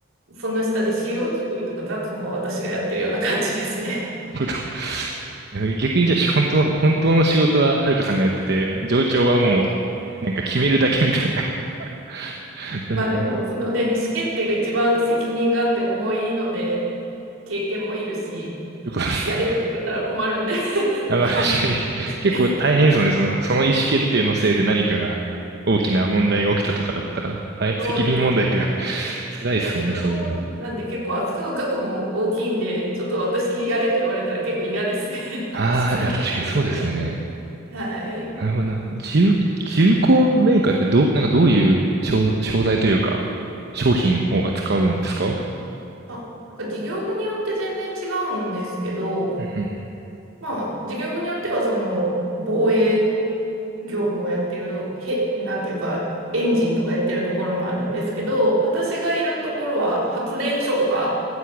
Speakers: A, on the right (about 70°); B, on the right (about 50°).
A: その下で資料作りとか雑務を私がやってるような感じですね。
B: うどん <laughs> 逆にじゃあ、本当の、本当の仕事ははるかさんがやってて、上長はもう、なんか決めるだけみたいな。<laughs> なるほど。
A: まあでも、
B: そ
A: そのね、意思決定が一番責任があって重いので、経験もいるし、
B: ういうことですね。
A: やれって言われたら困るんで、<laughs>
B: <laughs> あ、
A: まあ、
B: まあ確かに。<laughs>
A: 私に
B: 結構大変ですもんね。その、その意思決定のせいで何かが、大きな問題が起きたとかだったら、大責任問題では
A: そうですね。
B: <laughs> 辛いですもんね、
A: やっぱ重厚
B: そういうのも。
A: なんで結構扱う額も大きいんで、ちょっと私やれと言われたら結構嫌ですね。<laughs>
B: ああ、
A: 意思決定やれって言われた
B: いや、確かにそうですよね。
A: ら。はい。
B: なるほど。重、重工メーカーってどう、なんかどういう商、商材というか、商品を扱うんですかうん
A: あ、なんか事業部によって全然違うんですけど、
B: うん。
A: まあ事業部によってはその防衛業務をやってる、へ、なんていうか、エンジンとかやってるところもあるんですけど、私がいるところは発電所とか